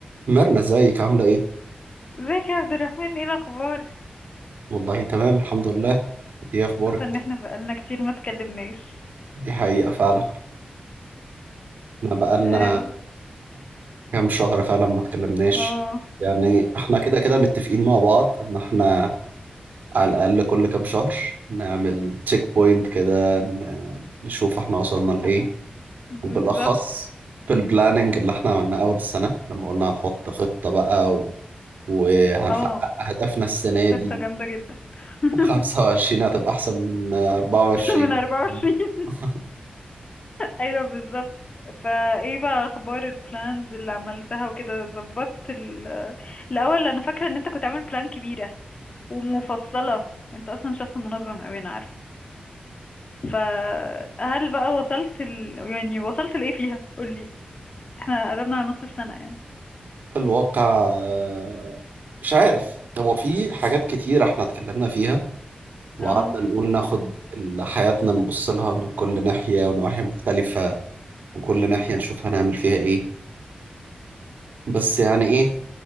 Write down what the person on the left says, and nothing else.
ازيك يا عبد الرحمن ايه الاخبار
حاسه ان احنا بقالنا كتير ما اتكلمناش
اه
اه
آه، بالظبط
اه
خطه جامده جدا <laughs>
من 24
ايوه بالظبط فايه بقى اخبار البلانز اللي عملتها وكده ظبطت ال- الاول انا فاكره ان انت كنت عامل بلان كبيره ومفصله انت اصلا شخص منظم اوي انا عارفه فهل بقى وصلت ال... يعني وصلت لايه فيها قولي احنا قربنا على نص السنه يعني
اه